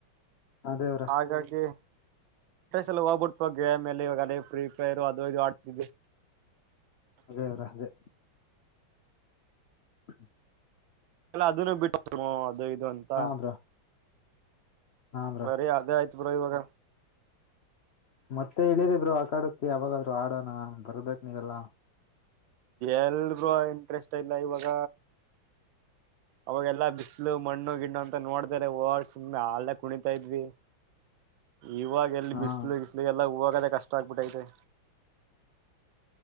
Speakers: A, on the left (about 70°); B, on the right (about 80°).
A: ಹ ದೇವ್ರ
B: ಹಾಗಾಗಿ ಎಲ್ಲ ಹೋಗ್ಬಿಡ್ಟ್ ಗೇಮ್ ಎಲ್ಲಿ ಇವಾಗ ಅಲ್ಲಿ ಫ್ರೀ ಫೈರ್ ಅದು ಇದು ಆಡ್ತಿದೆ
A: ಅದೇವರ ಅದೇ ಹ
B: ಎಲ್ಲ ಅದನ್ನು ಬಿಟ್ಟ ಅದು ಇದು ಅಂತ
A: ಹಾ ಬ್ರೋ ಹಾ ಬ್ರೋ
B: ಬರಿಅದೇ ಆಯ್ತ್ ಬ್ರ ಇವಾಗ
A: ಮತ್ತೆ ಇಳಿರಿಬ್ರು ಆ ಕಾಡಕಿ ಯಾವಾಗಾದ್ರು ಆಡೋಣ ಬರ್ಬೇಕಕ್ ನೀವೆಲ್ಲಾ
B: ಎಲ್ರೂ ಇಂಟ್ರೆಸ್ಟ್ ಇಲ್ಲ ಇವಾಗ
A: <inaudible>
B: ಅವಾಗೆಲ್ಲಾ ಬಿಸಿಲು ಮಣ್ಣು ಗಿಣು ಅಂತ ನೋಡ್ತಾರೆ ಹೊರ್ ಸುಮ್ನೆ ಹಲ್ ಕುಣಿತಾ ಇದ್ವಿ
A: <inaudible>
B: ಇವಾಗ ಎಲ್ಲಿ
A: ಹಾ
B: ಬಿಸಿಲು ಬಿಸಲು ಎಲ್ಲ ಹೂವಾಗದೇ ಕಷ್ಟ ಆಗ್ಬಿಟ್ಟತೆ